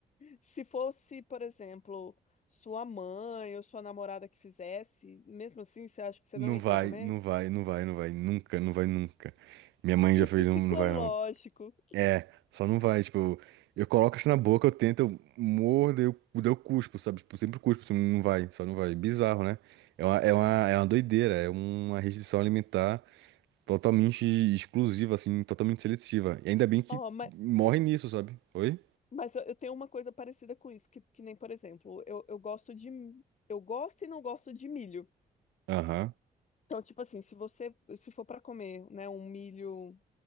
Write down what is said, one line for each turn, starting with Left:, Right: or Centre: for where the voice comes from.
Left: se fosse, por exemplo, sua mãe ou sua namorada que fizesse, mesmo assim, você acha que você
Right: Não
Left: não ia
Right: vai,
Left: querer comer?
Right: não vai, não vai, não vai, nunca, não vai nunca. Minha mãe
Left: Que
Right: já fez,
Left: psicológico.
Right: não, não vai não. É, só não vai, tipo, eu, eu coloco assim na boca, eu tento, eu mordo, eu, eu cuspo, sabe? Tipo, sempre cuspo, assim, não vai, só não vai. Bizarro, né? É uma, é uma,
Left: Hum.
Right: é uma doideira, é uma restrição alimentar totalmente exclusiva, assim, totalmente seletiva. E ainda bem que
Left: Ó, mas,
Right: morre nisso, sabe? Oi?
Left: mas eu eu tenho uma coisa parecida com isso, que, que nem, por exemplo, eu, eu gosto de. Eu gosto e não gosto de milho.
Right: Aham,
Left: Então, tipo assim, se você, se for para comer, né, um milho.